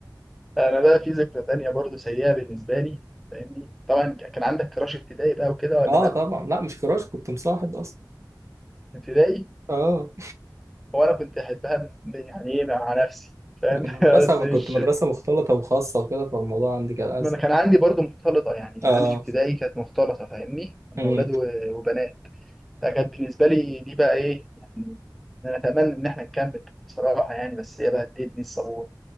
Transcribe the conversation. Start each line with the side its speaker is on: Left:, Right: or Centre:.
Centre: انا بقى في ذكرى تانية برضو سيئة بالنسبة لي فاهمني طبعا كان عندك كراش ابتدائي بقى وكده ولا
Right: اه
Centre: لا
Right: طبعا لا مش كراش كنت مصاحب اصلا
Centre: ابتدائي
Right: اه
Centre: هو انا كنت احبها يعني ايه مع نفسي فاهم
Right: مدرسه
Centre: <laughs> بس مش
Right: كنت مدرسه مختلطه وخاصه وكده فالموضوع عندي كان اسهل
Centre: ما انا كان عندي برضو مختلطه يعني
Right: اه
Centre: عندي في ابتدائي كانت مختلطه فاهمني كنا
Right: امم
Centre: اولاد و- وبنات فكانت بالنسبه لي دي بقى ايه يعني انا اتمنى ان احنا نكمل بصراحه يعني بس هي بقى ادتني الصابونه